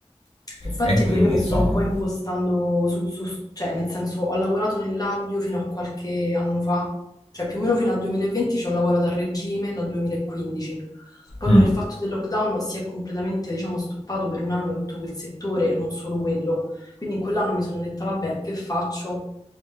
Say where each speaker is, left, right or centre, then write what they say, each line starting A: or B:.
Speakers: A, on the left (about 35°); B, on the left (about 60°).
A: Infatti
B: E quindi,
A: pure io mi
B: insomma.
A: sto un po' impostando su, su- cioè nel senso ho lavorato nell'audio fino a qualche anno fa, cioè più o meno fino al 2020 ci ho lavorato a regime dal 2015. Poi
B: Mm,
A: con il fatto del lockdown si è completamente, diciamo, stoppato per un anno tutto quel settore, non solo quello. Quindi in quell'anno mi sono detta, vabbè, che faccio?